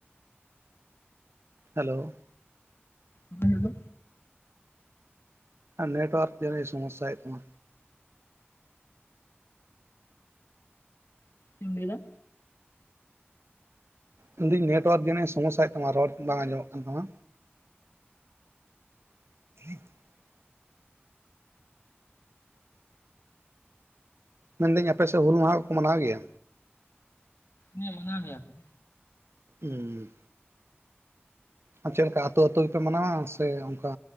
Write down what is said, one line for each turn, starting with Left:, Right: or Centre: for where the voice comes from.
Right: ᱦᱮᱞᱳ,
Left: ᱵᱟᱝ ᱧᱮᱞᱚᱜ ᱫᱚ,
Right: ᱟᱨ ᱱᱮᱴᱣᱟᱨᱠ ᱡᱟᱱᱤ-ᱮ ᱥᱚᱢᱚᱥᱥᱟ ᱭᱮᱫ ᱛᱟᱢᱟ,
Left: ᱪᱮᱫ ᱮᱢ ᱞᱟᱹᱭ ᱫᱟ,
Right: ᱢᱮᱱ ᱫᱤᱧ ᱱᱮᱴᱣᱟᱨᱠ ᱡᱟᱱᱤᱡ-ᱮ ᱥᱚᱢᱚᱥᱥᱟ ᱭᱮᱫ ᱛᱟᱢᱟ ᱨᱚᱲ ᱵᱟᱝ ᱟᱸᱡᱚᱢᱚᱜ ᱠᱟᱱ ᱛᱟᱢᱟ, <inaudible> ᱢᱮᱱᱫᱟᱹᱧ ᱟᱯᱮᱥᱮᱫ ᱦᱩᱞ ᱢᱟᱦᱟ ᱠᱚᱠᱚ ᱢᱟᱱᱟᱣ ᱜᱮᱭᱟ,
Left: ᱦᱮᱸ ᱢᱟᱱᱟᱣ ᱜᱮᱭᱟ ᱠᱚ,
Right: ᱦᱩᱸᱻ ᱟᱨ ᱪᱮᱫ ᱞᱮᱠᱟ ᱟᱛᱳ ᱟᱛᱳ ᱜᱮᱯᱮ ᱢᱟᱱᱟᱣᱟ ᱥᱮ ᱚᱱᱠᱟ